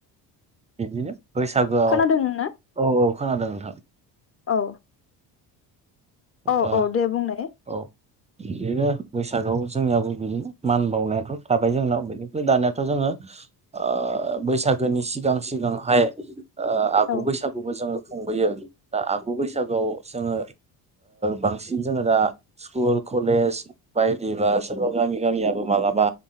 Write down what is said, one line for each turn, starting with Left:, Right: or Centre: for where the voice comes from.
Right: बिदिनो बैसागोआव
Left: खोनादों
Right: औ
Left: ना
Right: औ खोनादों नोंथां
Left: औ औ
Right: बा
Left: औ दे बुंनाय
Right: औ बिदिनो बैसागआव जोंनियाबो बिदि मान बावनायाथ' थाबाय जोंनाव बेनिफ्राय दानियाथ' जोङो ओ बैसागोनि सिगां सिगांहाय आगु
Left: औ
Right: बैसागुबो जोङो खुंबोयो दा आगु बैसागुआव जोङो बांसिन जोङो दा स्कुल कलेज बायदिबा सोरबा गामि गामियाबो मालाबा